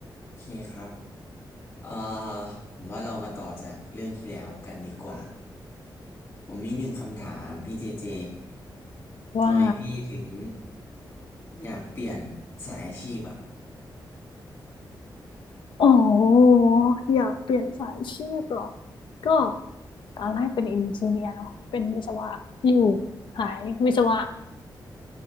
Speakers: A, on the left (about 40°); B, on the left (about 75°).
A: โอเคครับเอ่อผมว่าเรามาต่อจากเรื่องที่แล้วกันดีกว่าผมมีหนึ่งคำถามพี่เจเจ
B: ว่า
A: ทำไมพี่ถึงอยากเปลี่ยนสายอาชีพอ่ะ
B: โอ๋ออยากเปลี่ยนสายชีพเหรอ ก็ตอนแรกเป็นอินจ n เนียร์เนาะเป็นวิศวะอยู่สายวิศวะ